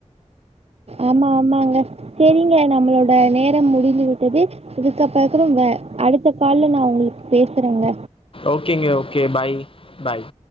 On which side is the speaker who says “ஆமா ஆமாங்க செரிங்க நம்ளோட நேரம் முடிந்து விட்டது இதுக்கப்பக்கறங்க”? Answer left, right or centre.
Right